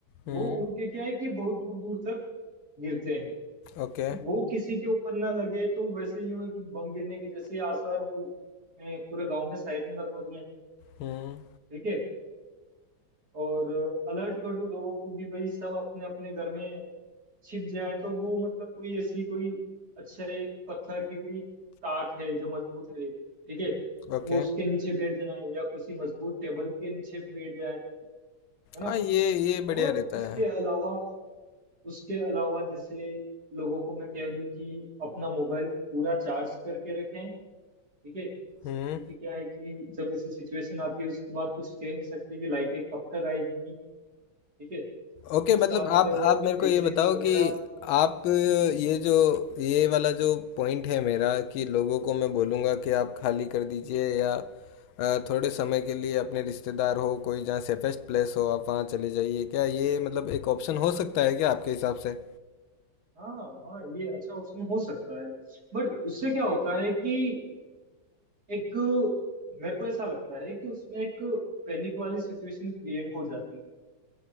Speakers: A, on the left (about 75°); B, on the right (about 45°).
A: हम्म
B: वो उड़ के क्या है कि बहुत दूर दूर तक गिरते हैं
A: ओके
B: तो वो किसी के ऊपर ना लगे तो वैसे ही हो कि बम गिरने के जैसे आसार हो मैं पूरे गांव में सायरन लगवा दूं
A: हम्म
B: ठीक है और अलर्ट कर दूं लोगों को कि भाई सब अपने अपने घर में छिप जाए तो वो मतलब कोई ऐसी कोई अच्छे पत्थर की कोई ताक है जो मजबूत है ठीक है
A: ओके
B: वो उसके नीचे बैठ जाए या किसी मजबूत टेबल के नीचे बैठ जाए है ना
A: हाँ ये ये बढ़िया
B: और
A: रहता
B: उसके
A: है
B: अलावा उसके अलावा जैसे लोगों को मैं कह दूं कि अपना मोबाइल पूरा चार्ज करके रखें ठीक है क्योंकि
A: हम्म
B: क्या है कि जब ऐसी सिचुएशन आती है उसके बाद कुछ कह नहीं सकते कि लाइटें कब तक आएगी ठीक है अपने
A: ओके मतलब
B: साथ
A: आप
B: बैटरीज
A: आप मेरे को ये बताओ
B: वगैरह
A: कि आप ये जो ये वाला जो पॉइंट है मेरा कि लोगों को मैं बोलूँगा कि आप खाली कर दीजिए या अ, थोड़े समय के लिए अपने रिश्तेदार हो कोई जहाँ सेफेस्ट प्लेस हो आप वहाँ चले जाइए क्या ये मतलब एक ऑप्शन हो सकता है क्या आपके हिसाब से
B: हाँ हाँ हाँ, ये अच्छा ऑप्शन हो सकता है बट उससे क्या होता है कि एक मेरे को ऐसा लगता है कि उसमें एक पैनिक वाली सिचुएशन क्रिएट हो जाती है